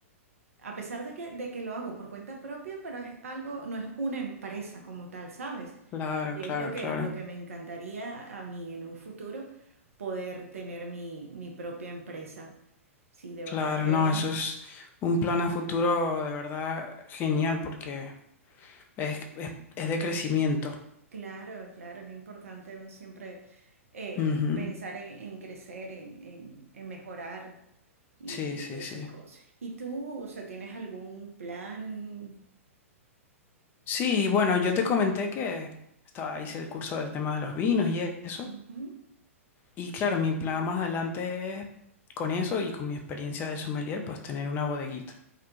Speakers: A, on the right; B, on the left.
A: a pesar de que, de que lo hago por cuenta propia, pero es algo, no es una empresa como tal, ¿sabes?
B: claro,
A: Y
B: claro,
A: es lo que,
B: claro.
A: lo que me encantaría a mí en un futuro, poder tener mi, mi propia empresa. Sí, de
B: Claro,
A: verdad que,
B: no, eso es
A: <laughs>
B: un plan a futuro de verdad genial porque es, es, es de crecimiento.
A: claro, claro, es importante uno siempre eh,
B: Ujú.
A: pensar en, en crecer, en, en- en mejorar y,
B: Sí, sí,
A: y esas
B: sí.
A: cosas. ¿Y tú, o sea, tienes algún plan?
B: Sí, bueno, yo te comenté que estaba, hice el curso del tema de los vinos y eso.
A: Ujú,
B: Y claro, mi plan más adelante es con eso y con mi experiencia de sommelier, pues tener una bodeguita